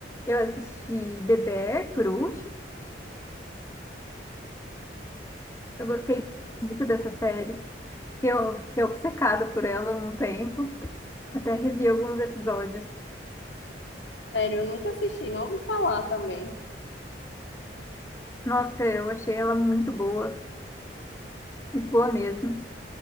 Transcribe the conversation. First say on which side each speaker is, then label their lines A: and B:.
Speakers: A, on the left (about 15°); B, on the left (about 90°).
A: Eu assisti The Bear, por último. Eu gostei muito dessa série. que Eu fiquei obcecada por ela num tempo. Até revi alguns episódios.
B: Sério, eu nunca assisti, não ouvi falar também.
A: Nossa, eu achei ela muito boa, muito boa mesmo.